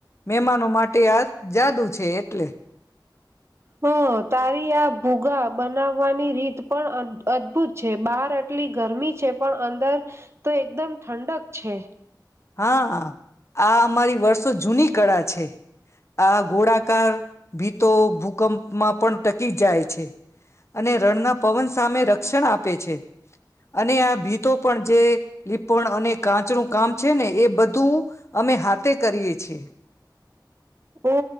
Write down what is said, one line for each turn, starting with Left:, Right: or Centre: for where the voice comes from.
Left: મહેમાનો માટે આ જાદુ છે, એટલે.
Right: હ તારી આ ભૂગા બનાવવાની રીત પણ અદભુત છે, બહાર એટલી ગરમી છે પણ અંદર તો એકદમ ઠંડક છે.
Left: હા આ અમારી વર્ષો જૂની કળા છે. આ ઘોડાકાર ભી તો ભૂકંપ માં પણ ટકી જાય છે, અને રણના પવન સામે રક્ષણ આપે છે. અને આ ભીતો પણ જે લીપણ અને કાચનું કામ છે ને એ બધું અમે હાથે કરીએ છીએ
Right: ઓ